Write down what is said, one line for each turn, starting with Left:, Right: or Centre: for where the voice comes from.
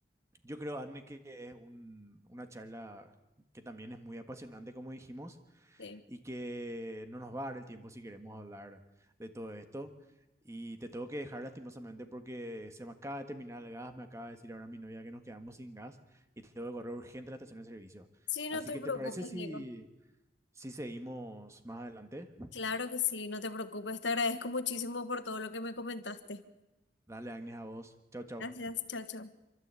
Right: yo creo, Arne, que es un- una charla que también es muy apasionante, como dijimos,
Left: sí.
Right: y que no nos va a dar el tiempo si queremos hablar de todo esto. Y te tengo que dejar lastimosamente porque se me acaba de terminar el gas, me acaba de decir ahora mi novia que nos quedamos sin gas y tengo que correr urgente a la estación de servicio.
Left: Sí,
Right: Así
Left: no te
Right: que,
Left: preocupes,
Right: ¿te parece si,
Left: Diego.
Right: si seguimos más adelante?
Left: Claro que sí, no te preocupes, te agradezco muchísimo por todo lo que me comentaste.
Right: Dale, Agnes, a vos. Chao, chao.
Left: Gracias, chao, chao.